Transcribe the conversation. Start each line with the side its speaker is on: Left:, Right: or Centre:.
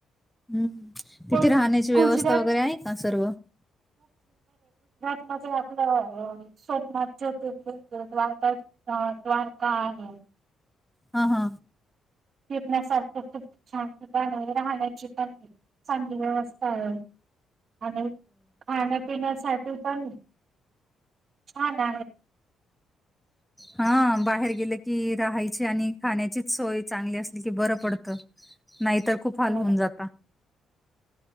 Centre: हम्म तिथे
Right: पण
Centre: राहण्याची व्यवस्था
Right: गुजरात
Centre: वगैरे आहे ना सर्व
Right: म्हणजे आपलं सोमनाथ ज्योतिले द्वारका द्वारका आहे
Centre: हा हा
Right: फेपण्यासारखं खूप छांतणे राहण्याची प चांगली व्यवस्था आहे आणि खाण्यापिण्यासाठी पण छ ना
Centre: हा बाहेर गेलं की राहायची आणि खाण्याचीच सोय चांगली असली की बरं पडतं नाही तरर खूप
Right: तिथे
Centre: हाल होऊन जाता